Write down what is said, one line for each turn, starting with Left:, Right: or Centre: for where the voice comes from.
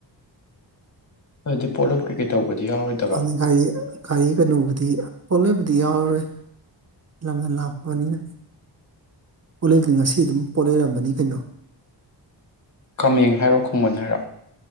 Left: ꯑꯗꯨꯗꯤ ꯄꯣꯂꯂꯣꯟ ꯀ꯭ꯀꯦꯠꯇꯧ ꯕꯗꯤꯌꯥ ꯑꯣꯏꯗꯕ
Right: ꯑꯗꯨꯅ ꯒꯥꯔꯤ ꯒꯥꯔꯤ ꯀꯩꯅꯣꯕꯨꯗꯤ ꯄꯣꯠꯂꯩꯕꯨꯗꯤ ꯌꯥꯎꯔꯔꯣꯏ ꯂꯝꯗ ꯂꯥꯞꯄꯕꯅꯤꯅ ꯄꯣꯠꯂꯩꯗꯤ ꯉꯁꯤ ꯑꯗꯨꯝ ꯄꯣꯠ ꯂꯩꯔꯝꯕꯅꯤ ꯀꯩꯅꯣ
Left: ꯀꯥꯃꯦꯡ ꯍꯥꯏꯔꯣ ꯈꯣꯡꯃꯟ ꯍꯥꯏꯔꯣ